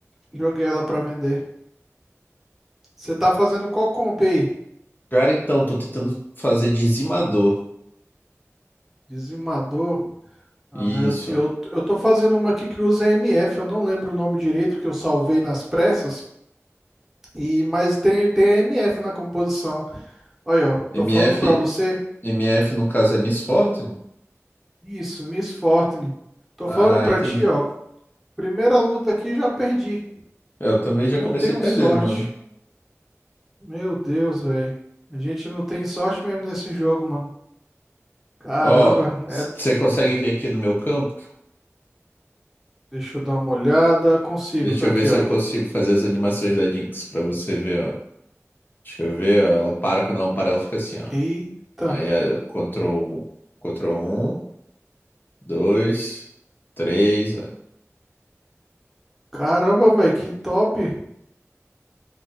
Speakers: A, in the centre; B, on the left (about 40°).
A: Joguei ela pra vender. Você tá fazendo qual comp aí?
B: Cara, então, tô tentando fazer dizimador.
A: Dizimador. Ah,
B: Isso.
A: eu, eu, eu tô fazendo uma aqui que usa MF, eu não lembro o nome direito, porque eu salvei nas pressas, e mas tem, tem a MF na composição. Olha, ó,
B: MF
A: tô falando pra você.
B: MF no caso é Miss Fortune?
A: Isso, Miss Fortune. Tô
B: Ah,
A: falando pra
B: entendi.
A: ti, ó. Primeira luta aqui já perdi.
B: Eu também
A: Não
B: já comecei
A: tenho
B: perdendo,
A: sorte.
B: mano.
A: Meu Deus, velho. A gente não tem sorte mesmo nesse jogo, mano. Caramba,
B: Ó, você
A: é,
B: consegue vir aqui no meu campo?
A: deixa eu dar uma olhada. Consigo,
B: Deixa
A: tô
B: eu
A: aqui,
B: ver se
A: ó.
B: eu consigo fazer as animações da Jinx pra você ver, ó. Deixa eu ver, ó. Ela para, quando ela para, ela fica assim, ó.
A: Eita.
B: Aí, ó, Ctrl, um, Ctrl um, 2, 3, ó.
A: Caramba, velho, que top.